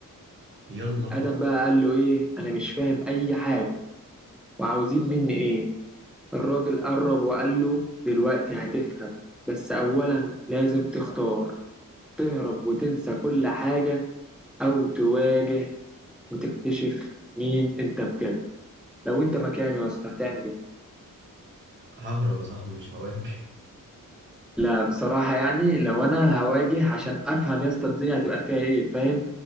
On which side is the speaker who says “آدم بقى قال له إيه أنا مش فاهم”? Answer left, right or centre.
Centre